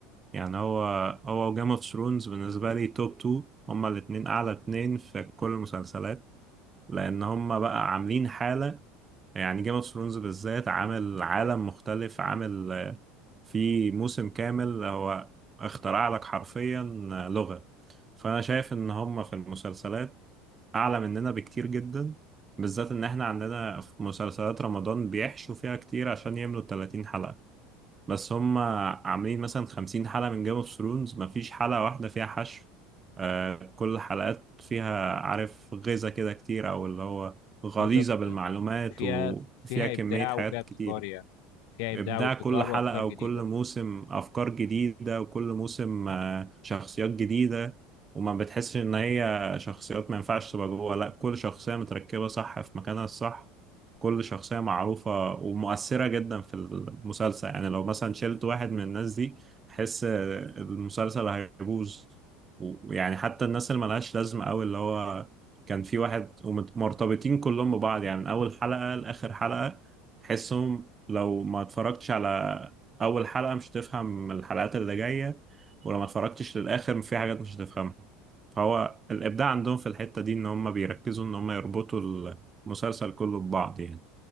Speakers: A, on the right; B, on the left.
A: يعني هو هو وجيم اوف ثرونز بالنسبة لي توب تو هما الاتنين اعلى اتنين في كل المسلسلات لان هما بقى عاملين حالة يعني جيم اوف ثرونز بالذات عامل عالم مختلف عامل آه، في موسم كامل هو اخترع لك حرفيا آه، لغة فأنا شايف إن هم في المسلسلات أعلى مننا بكتير جدا بالذات إن إحنا عندنا في مسلسلات رمضان بيحشوا فيها كتير عشان يملوا 30 حلقة بس هم عاملين مثلا خمسين حلقة من جيم اوف ثرونز مفيش حلقة واحدة فيها حشو آه كل الحلقات فيها عارف غذاء كده كتير أو اللي هو غليظة
B: بالظبط
A: بالمعلومات
B: فيها
A: وفيها
B: فيها
A: كمية
B: إبداع
A: حاجات
B: وفيها ابتكار
A: كتير
B: يعني فيها إبداع
A: إبداع
B: وابتكار
A: كل حلقة
B: وأفكار
A: وكل
B: جديدة
A: موسم أفكار جديدة وكل موسم آه، شخصيات جديدة وما بتحسش إن هي شخصيات ما ينفعش تبقى جوه لأ كل شخصية متركبة صح في مكانها الصح كل شخصية معروفة ومؤثرة جدا في المسلسل يعني لو مثلا شلت واحد من الناس دي تحس آه، المسلسل هيبوظ ويعني حتى الناس اللي ملهاش لازمة أوي اللي هو كان في واحد ومرتبطين كلهم ببعض يعني من أول حلقة لآخر حلقة تحسهم لو ما اتفرجتش على اول حلقة مش هتفهم الحلقات اللي جاية ولو ما اتفرجتش للاخر في حاجات مش هتفهمها فهو الابداع عندهم في الحتة دي ان هم بيركزوا ان هم يربطوا المسلسل كله ببعض يعني